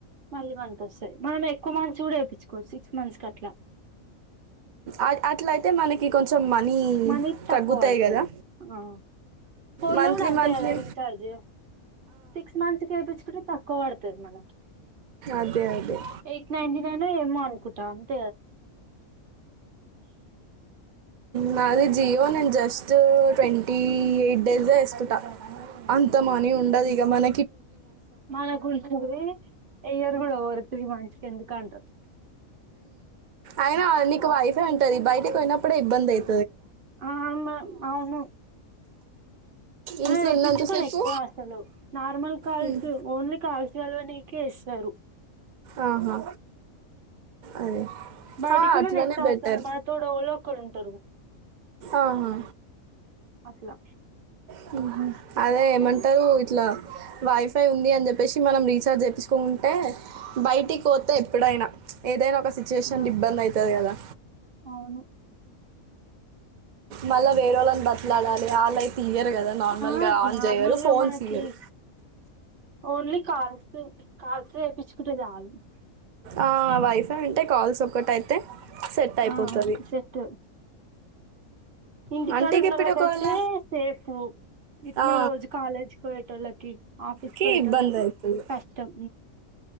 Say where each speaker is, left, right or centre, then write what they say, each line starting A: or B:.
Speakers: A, on the right; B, on the right.
A: మళ్ళీ మంత వస్తాయి మనం ఎక్కువ మంత్స్ కూడా వేయించుకోవచ్చి సిక్స్ మంత్స్ కట్లా
B: అ అట్లయితే మనకి కొంచెం కొంచం మనీ
A: మనీ
B: తగ్గుతాయి
A: తక్కువ పడుతది
B: కదా
A: ఆ ఫోన్
B: మంత్లీ
A: లో ఉ అంద
B: మంత్లీ
A: ఎద రిచార్జ సిక్స్ మంత్స్ వయిించుకుంటే తక్కువ పడుతుది మనకి
B: అదే అదే
A: ఎయిట్ నైన్టీ నాైన్ ఏ మ అన్కుటా అంత
B: నాది జీవో నేం జస్ ట్వంటీ ఎయిట్ డేస్ వేసుకుంటా అంత మని ఉండదు ఇ మన
A: మనకుంటుంది ఎయ్యరు కూడా రు త మనిషికి ఎందుకు అంటారు
B: అయినా నీకు వైఫే ఉంటది బయటికి పోయినప్పుడే ఇబ్బంది అయి
A: ఆ అ అవును
B: ఇంట్లో
A: ఏ
B: ఉన్నంతసేపు
A: పిచ్చుకోలే ఎక్కువ అసలు నార్మల్ కాల్స్
B: మ్మ్,
A: ఓన్లీ కాల్స్ వెళ్లనీకి కీస్తారు
B: ఆహా అదే
A: బయటికు
B: ఆ, అట్లానే
A: నెట్ అవసరం
B: బెటర్
A: లేదు మన తోటి ఎవరో ఒకరు ఉంటారు
B: ఆహా
A: అట్లా
B: హు అదే ఏమంటారు ఇట్లా వైఫై ఉంది అని చెప్పేసి మనం రీఛార్జ్ చేపిచ్చుకోకుండా ఉంటే బయటికి పోతే ఎప్పుడైనా ఏదైనా ఒక సిచ్యువేషన్
A: ఆ
B: ఇబ్బంది అయితది కదా
A: అవును
B: మళ్ళా వేరే వాళ్ళని బతిలాడాలి ఆలెన తీయరు కదా నార్మల్
A: ఆ
B: గా ఆన్
A: నార్మల్
B: చేయరు
A: గా
B: ఫోన్
A: మనకి
B: ఇయరు
A: ఓన్లీ కాల్స్ కాల్స్ కి ఏపిచ్చుకుంటే చాలు
B: ఆ వైఫై ఉంటే కాల్స్ ఒక్కటైతే సెట్ అయిపోతుంది
A: ఆ సెట్ ఇంటికాడ
B: అంటే ఇక
A: ఉన్నళ్ళకయితే
B: ఇప్పుడు ఒకవేళ
A: సేఫ్ ఇట్నే
B: ఆ,
A: రోజు కాలేజీకి పోయేటోళ్ళకి ఆఫీసుకి
B: కి
A: పోయేటోళ్ళకి
B: ఇబ్బంది అవుతుంది
A: కష్టం